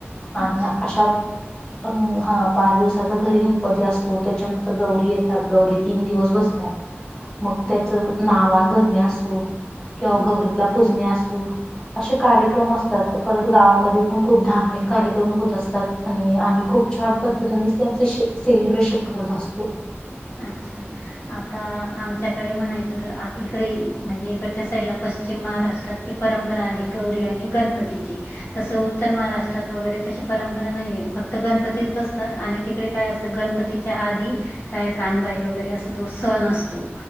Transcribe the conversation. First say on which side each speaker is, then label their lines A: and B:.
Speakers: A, on the left (about 20°); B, on the left (about 60°).
A: आणि
B: अच्छा.
A: अशा अ हा पाच दिवसाचा घरी गणपती असतो. त्याच्यानंतर गौरी येतात गौरी तीन दिवस बसतात.
B: <inaudible>
A: मग त्याच
B: ओके.
A: नावान भरणे असू किंवा
B: हं.
A: गौरीला पुजणे असू असे कार्यक्रम असतात. परत गावामध्ये पण खूप धार्मिक कार्यक्रम होत असतात. आणि आम्ही खूप छान पद्धतीने त्याचे सेलिब्रेशन करत असतो.
B: अच्छा आता आमच्याकडे म्हणायचं तर आ इकडे म्हणजे इकडच्या साईडला प जी महाराष्ट्रात ती परंपरा आहे गौरी आणि गणपतीची. तसं उत्तर महाराष्ट्रात वगैरे तशी परंपरा नाहीये. फक्त गणपतीच बसतात आणि तिकडे काय असत गणपतीच्या आधी काय कानबाई वगैरे अस तो सण असतो.